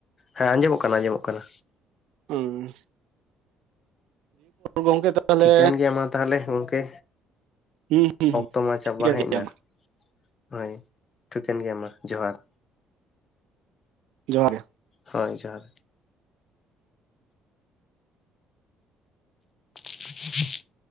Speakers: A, on the left; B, on the right.
A: ᱦᱮᱸ ᱟᱸᱡᱚᱢᱚᱜ ᱠᱟᱱᱟ ᱟᱸᱡᱚᱢᱚᱜ ᱠᱟᱱᱟ
B: ᱦᱩᱸ ᱜᱚᱝᱠᱮ ᱛᱟᱦᱚᱞᱮ
A: ᱴᱷᱤᱠᱟᱹᱱ ᱜᱮᱭᱟ ᱢᱟ ᱛᱟᱦᱞᱮ ᱜᱚᱢᱠᱮ
B: ᱦᱩᱸ ᱦᱩᱸ
A: ᱚᱠᱛᱚ ᱢᱟ ᱪᱟᱵᱟ
B: ᱴᱷᱤᱠᱟᱹᱱ
A: ᱦᱮᱡ
B: ᱜᱮᱭᱟ
A: ᱮᱱᱟ
B: ᱢᱟ
A: ᱦᱳᱭ ᱴᱷᱤᱠᱟᱹᱱ ᱜᱮᱭᱟ ᱢᱟ ᱡᱚᱦᱟᱨ
B: ᱡᱚᱦᱟᱨ ᱜᱮ
A: ᱦᱳᱭ ᱡᱚᱦᱟᱨ <unintelligible>